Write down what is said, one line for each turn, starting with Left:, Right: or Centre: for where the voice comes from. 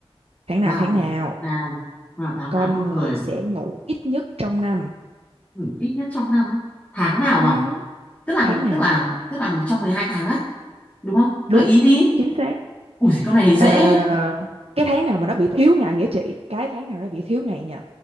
Right: Tháng
Left: vào
Right: nào tháng nào
Left: tháng nào, vào tháng
Right: con
Left: nào con
Right: người
Left: người,
Right: sẽ ngủ ít nhất trong năm?
Left: ừ, ít nhất trong năm á. Tháng nào
Right: Ừ,
Left: à? Tức là,
Right: tháng nào?
Left: tức là, tức là trong 12 tháng á, đúng không? Gợi
Right: Đúng,
Left: ý đi.
Right: chính xác.
Left: ui câu này thì
Right: Ờ,
Left: dễ.
Right: cái tháng nào mà nó bị thiếu ngày vậy chị? Cái tháng nào nó bị thiếu ngày nhờ?